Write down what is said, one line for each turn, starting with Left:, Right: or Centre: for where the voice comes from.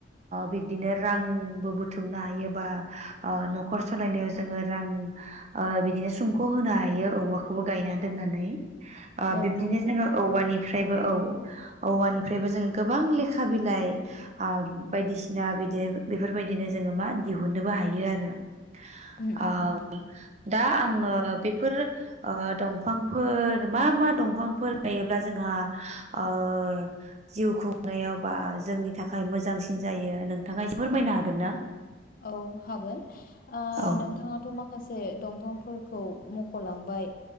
Right: बिबदिनो रांबो बुथुमनो हायोबा न खर सालायनायाव जोङो रां ओ बिदिनो सुंख' होनो हायो औवाखौबो गायना दोननानै ओ
Left: औ
Right: बिब्दिनो
Left: नंगौ
Right: जोङो औवानि फ्रायबो औ औवानिफ्रायबो जों गोबां लेखा बिलाइ आ बायदिसिना बिदि बेफोरबायदिनो जोङो मा दिहुननोबो हायो आरो ओ
Left: उम उम उम
Right: दा आङो बेफोर दंफांफोर मा मा दंफांफोर गायोब्ला जोंहा ओ जिउ खुंनायाव बा जोंनि थाखाय मोजांसिन जायो नोंथाङा एसे फोरमायनो हागोन ना
Left: औ हागोन ओ
Right: औ
Left: नोंथाङाथ' माखासे दंफांफोर खौ मख'लांबाय